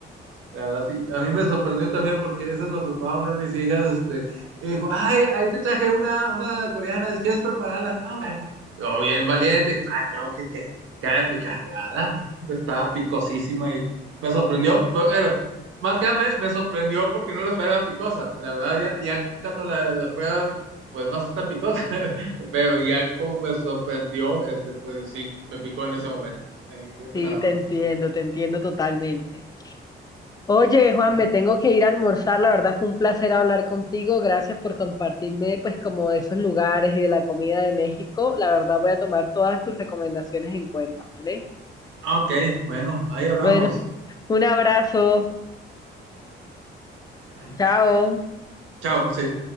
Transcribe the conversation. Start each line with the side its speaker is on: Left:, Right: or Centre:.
Right: La verdad, sí. A mí me sorprendió también porque esa es la preparaba una de mis hijas, este, y dijo, ay, ahí te traje una, una coreana, si quieres prepararla. Ah, bueno. Yo bien valiente, ah, claro que, que, que ha de picar nada, ¿no? pues, Estaba picosísima y me sorprendió, pero más que nada me, me sorprendió porque no la esperaba picosa. La verdad, ya, ya cuando la, la pruebas, pues no está picosa, <laughs> pero ya como me sorprendió, este, pues sí, me picó en ese momento. Eh, fíjate
Left: Sí,
Right: nada
Left: te
Right: más.
Left: entiendo, te entiendo totalmente. Oye, Juan,
Right: Sí.
Left: me tengo que ir a almorzar. La verdad fue un placer hablar contigo. Gracias por compartirme, pues, como de esos lugares y de la comida de México. La verdad voy a tomar todas tus recomendaciones en cuenta, ¿vale?
Right: Ah, Ok, bueno, ahí hablamos.
Left: Bueno, un abrazo.
Right: Ay,
Left: Chao.
Right: Chao, sí.